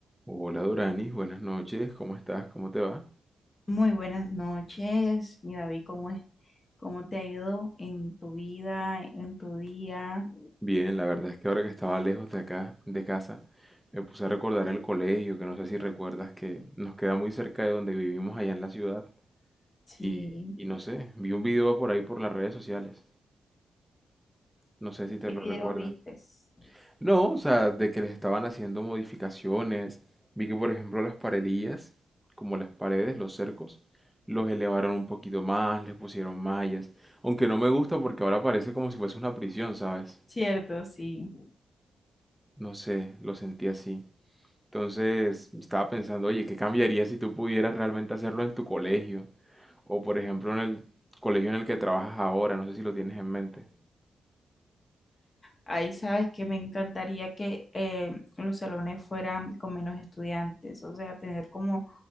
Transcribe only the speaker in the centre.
Hola Doranis, buenas noches, ¿cómo estás? ¿Cómo te va?
Bien, la verdad es que ahora que estaba lejos de acá, de casa, me puse a recordar el colegio, que no sé si recuerdas que nos queda muy cerca de donde vivimos allá en la ciudad
y, y no sé, vi un video por ahí por las redes sociales, no sé si te
lo
recuerdas.
No, o sea, de que les estaban haciendo modificaciones. Vi que, por ejemplo, las parelillas, como las paredes, los cercos, los elevaron un poquito más, les pusieron mallas. Aunque no me gusta porque ahora parece como si fuese una prisión, ¿sabes?
No sé, lo sentí así. Entonces, estaba pensando, oye, ¿qué cambiaría si tú pudieras realmente hacerlo en tu colegio? O, por ejemplo, en el colegio en el que trabajas ahora, no sé si lo tienes en mente.